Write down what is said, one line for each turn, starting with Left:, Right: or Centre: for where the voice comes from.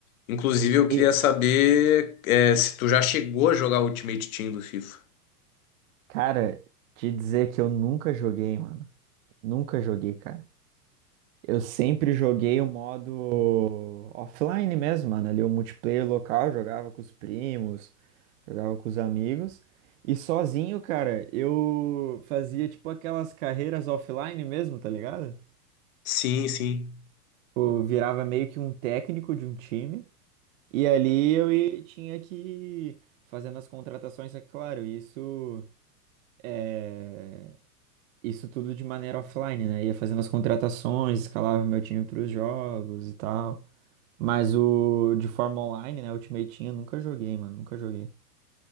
Left: Inclusive, eu queria
Right: E,
Left: saber, é, se tu já chegou a jogar o Ultimate Team do FIFA.
Right: cara, te dizer que eu nunca joguei, mano. Nunca joguei, cara. Eu sempre joguei o modo offline mesmo, mano. Ali o multiplayer local, jogava com os primos, jogava com os amigos. E sozinho, cara, eu fazia tipo aquelas carreiras offline mesmo, tá ligado?
Left: Sim, sim.
Right: Eu virava meio que um técnico de um time. E ali eu ia- tinha que ir fazendo as contratações, é claro, isso é isso tudo de maneira offline, né? Ia fazendo as contratações, escalava meu time para os jogos e tal. Mas o de forma online, né? Ultimate Team eu nunca joguei, mano. Nunca joguei.